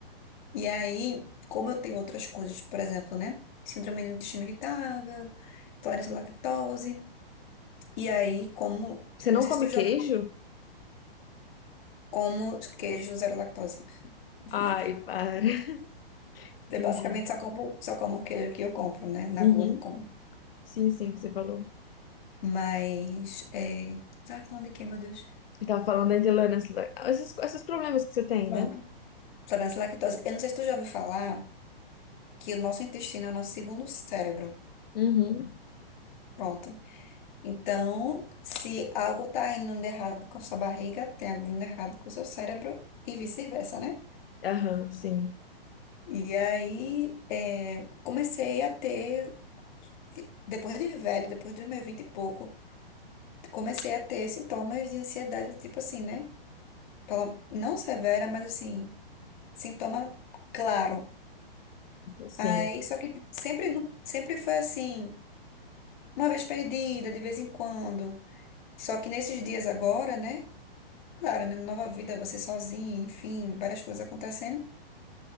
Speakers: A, on the left (about 50°); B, on the left (about 70°).
A: E aí, como eu tenho outras coisas, por exemplo, né, síndrome do intestino irritável, intolerância à lactose, e aí, como,
B: Você
A: não
B: não
A: sei
B: come
A: se tu já
B: queijo?
A: como queijo zero lactose. <laughs>
B: Ai, para. <laughs>
A: Eu
B: Entendi.
A: basicamente só como, só como queijo que eu compro, né, na
B: Uhum.
A: rua eu não como.
B: Sim, sim, que você falou.
A: Mas, é... Tava falando de quê, meu Deus?
B: Eu tava falando da Indiana, esses, esses problemas que você tem,
A: Pronto,
B: né?
A: intolerância à lactose. Eu não sei se tu já ouviu falar que o nosso intestino é o nosso segundo cérebro.
B: Uhum.
A: Pronto. Então, se algo está indo de errado com a sua barriga, tem algo indo errado com o seu cérebro e vice-versa, né?
B: Aham, sim,
A: E aí, é, comecei a ter, depois de velho, depois dos meus vinte e pouco, comecei a ter sintomas de ansiedade, tipo assim, né? Pela- Não severa, mas assim, sintoma claro.
B: sim.
A: Aí, só que sempre, no- sempre foi assim, uma vez perdida, de vez em quando. Só que nesses dias agora, né? Claro, né? Nova vida, você sozinho, enfim, várias coisas acontecendo.